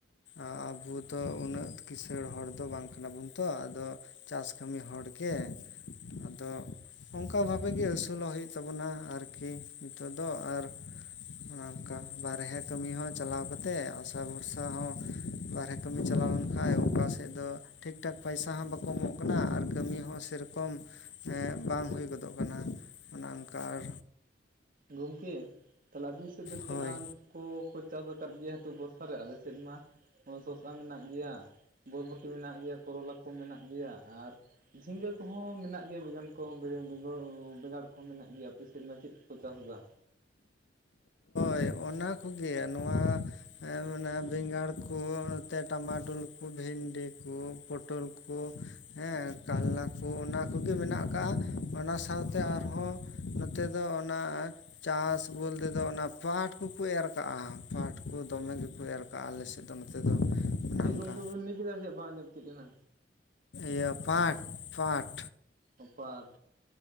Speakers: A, on the left (about 75°); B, on the right (about 50°).
A: ᱟᱵᱚ ᱫᱚ ᱩᱱᱟᱹᱜ ᱠᱤᱥᱟᱹᱲ ᱦᱚᱲ ᱫᱚ ᱵᱟᱝ ᱠᱟᱱᱟ ᱵᱚᱱ ᱛᱚ ᱟᱫᱚ ᱪᱟᱥ ᱠᱟᱹᱢᱤ ᱦᱚᱲ ᱜᱮ ᱟᱫᱚ ᱚᱱᱠᱟ ᱵᱷᱟᱵᱮ ᱜᱮ ᱟᱹᱥᱩᱞᱚᱜ ᱦᱩᱭᱩᱜ ᱛᱟᱵᱚᱱᱟ ᱟᱨᱠᱤ ᱱᱤᱛᱚᱜ ᱫᱚ ᱟᱨ ᱚᱱᱮ ᱚᱱᱠᱟ ᱵᱟᱨᱦᱮ ᱠᱟᱹᱢᱤ ᱦᱚᱸ ᱪᱟᱞᱟᱣ ᱠᱟᱛᱮᱜ ᱟᱥᱟ ᱵᱷᱚᱨᱥᱟ ᱦᱚᱸ ᱵᱟᱨᱦᱮ ᱠᱟᱹᱢᱤ ᱪᱟᱞᱟᱣ ᱞᱮᱱ ᱠᱷᱟᱱ ᱚᱠᱟ ᱥᱮᱫ ᱫᱚ ᱴᱷᱤᱠ ᱴᱷᱟᱠ ᱯᱚᱭᱥᱟ ᱦᱚᱸ ᱵᱟᱠᱚ ᱮᱢᱚᱜ ᱠᱟᱱᱟ ᱟᱨ ᱠᱟᱹᱢᱤ ᱦᱚᱸ ᱥᱮᱨᱚᱠᱚᱢ ᱦᱮᱸ ᱵᱟᱝ ᱦᱩᱭ ᱜᱚᱫᱚᱜ ᱠᱟᱱᱟ ᱚᱱᱮ ᱚᱱᱠᱟ ᱟᱨ
B: ᱜᱚᱝᱠᱮ ᱛᱟᱦᱞᱮ ᱟᱵᱤᱱ ᱥᱮᱫ ᱫᱚ ᱪᱮᱫ
A: ᱦᱳᱭ
B: ᱟᱛ ᱠᱚ ᱠᱚ ᱪᱟᱥ ᱟᱠᱟᱫ ᱜᱮᱭᱟ ᱱᱤᱛᱚᱜ ᱵᱚᱨᱥᱟ ᱨᱮ ᱟᱞᱮ ᱥᱮᱫ ᱢᱟ ᱥᱚᱥᱟ ᱢᱮᱱᱟᱜ ᱜᱮᱭᱟ ᱵᱚᱨᱵᱚᱴᱤ ᱢᱮᱱᱟᱜ ᱜᱮᱭᱟ ᱠᱚᱨᱚᱞᱟ ᱠᱚ ᱢᱮᱱᱟᱜ ᱜᱮᱭᱟ ᱟᱨ ᱡᱷᱤᱸᱜᱟᱹ ᱠᱚᱦᱚᱸ ᱢᱮᱱᱟᱜ ᱜᱮᱭᱟ ᱵᱮᱸᱜᱟᱱ ᱠᱚᱦᱚᱸ ᱵᱮᱸᱜᱟᱲ ᱠᱚᱦᱚᱸ ᱢᱮᱱᱟᱜ ᱜᱮᱭᱟ ᱟᱯᱮ ᱥᱮᱫ ᱢᱟ ᱪᱮᱫ ᱠᱚ ᱪᱟᱥ ᱫᱟ
A: ᱦᱳᱭ ᱚᱱᱟ ᱠᱚᱜᱮ ᱱᱚᱣᱟ ᱦᱮᱸ ᱚᱱᱟ ᱵᱮᱸᱜᱟᱲ ᱠᱚ ᱱᱚᱛᱮ ᱴᱟᱢᱟᱴᱳᱞ ᱠᱚ ᱵᱷᱤᱱᱰᱤ ᱠᱚ ᱯᱚᱴᱚᱞ ᱠᱚ ᱦᱮᱸ ᱠᱟᱞᱞᱟ ᱠᱚ ᱚᱱᱟ ᱠᱚᱜᱮ ᱢᱮᱱᱟᱜ ᱟᱠᱟᱜ ᱚᱱᱟ ᱥᱟᱶᱛᱮ ᱟᱨᱦᱚᱸ ᱱᱚᱛᱮ ᱫᱚ ᱚᱱᱟ ᱪᱟᱥ ᱵᱚᱞᱛᱮ ᱫᱚ ᱚᱱᱟ ᱯᱟᱴ ᱠᱚᱠᱚ ᱮᱨ ᱠᱟᱜᱼᱟ ᱯᱟᱴ ᱠᱚ ᱫᱚᱢᱮ ᱜᱮᱠᱚ ᱮᱨ ᱠᱟᱜᱼᱟ ᱟᱞᱮᱥᱮᱫ ᱫᱚ ᱱᱚᱛᱮ ᱫᱚ
B: ᱪᱮᱫ
A: ᱚᱱᱠᱟ
B: ᱜᱚᱝᱜᱮ ᱵᱤᱱ ᱞᱟᱹᱭ ᱠᱮᱫᱟ ᱡᱮ ᱵᱟᱝ ᱧᱟᱢ ᱛᱤᱭᱟᱹᱜ ᱞᱮᱱᱟ
A: ᱤᱭᱟᱹ ᱯᱟᱴ ᱯᱟᱴ
B: ᱚ ᱯᱟᱴ